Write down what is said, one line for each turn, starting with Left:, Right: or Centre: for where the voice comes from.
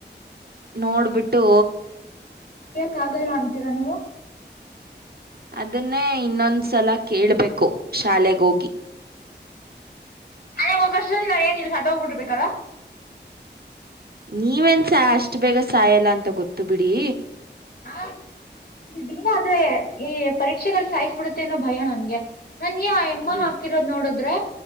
Right: ನೋಡ್ಬಿಟ್ಟು
Left: ಕಾಗಲ್ಲ ಅಂತೀರಾ ನೀವು
Right: ಅದನ್ನೇ ಇನ್ನೊಂದ್ಸಲ ಕೇಳ್ಬೇಕು ಶಾಲೆಗೋಗಿ
Left: ಅಲೆ ಹೋಗ ಅಷ್ಟಲ್ಲಿ ನಾ ಏನ್ ಇಲ್ಲಿ ಸತ್ತೋಗಿಟ್ಟಿರಬೇಕಲ್ಲ.
Right: ನೀವೆನ್ಸ ಅಷ್ಟ ಬೇಗ ಸಾಯಲ್ಲ ಅಂತ ಗೊತ್ತು ಬಿಡಿ.
Left: ಹಾ ತುಂಬಾ ಆದ್ರೆ ಪರೀಕ್ಷೆಗಳ ಸಾಯಿಸ್ ಬಿಡತ್ತೆ ಅನ್ನೋ ಭಯ ನನ್ಗೆ ನನ್ಗೆ ಆ ಎಮ್ಮ
Right: ಇಲ್
Left: ಹಾಕಿರೋದ್ ನೋಡದ್ರೆ